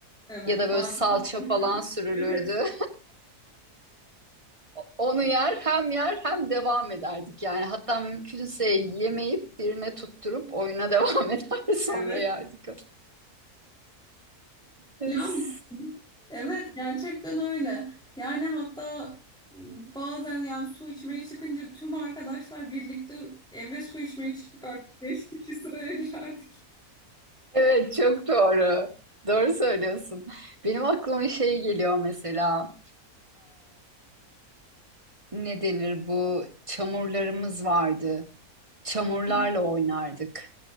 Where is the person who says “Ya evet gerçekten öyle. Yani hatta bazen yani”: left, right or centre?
Centre